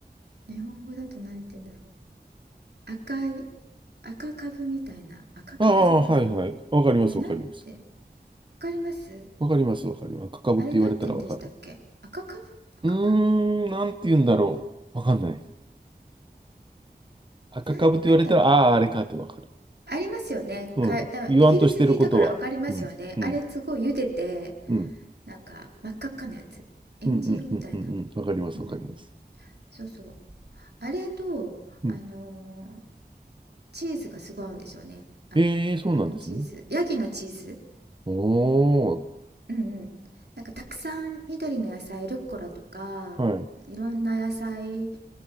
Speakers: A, on the right (about 75°); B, on the right (about 30°).
A: <laughs> 日本語だとなんて言うんだろう赤い赤株みたいな赤株じゃないか
B: ああ、はい。はい。わかります。
A: あれなんて
B: わかります。
A: わかります
B: わかります。わかります。赤かぶって言われたらわかる。
A: あれなんて言うんでしたっけ赤株赤株
B: うーん、なんて言うんだろう。わかんない。赤株と言われたら、
A: なんなんだろう
B: ああ、あれかってわかる。
A: ありますよねかだイギリスにいたからわかりますよねあれすごい茹でて
B: うん。言わんとしてることは。うん、うん、うん、
A: なんか真っ赤っかなやつえんじ色みたいな
B: うん、うん、うん、うん、うんわかります、
A: うんうん
B: わかります。
A: そうそうあれとあの
B: うん。
A: チーズがすごい合うんですよねあのあのチーズヤギのチーズ
B: ええ、そうなんですね。おー、
A: うんうんなんかたくさん緑の野菜ルッコラとかいろんな野菜
B: はい、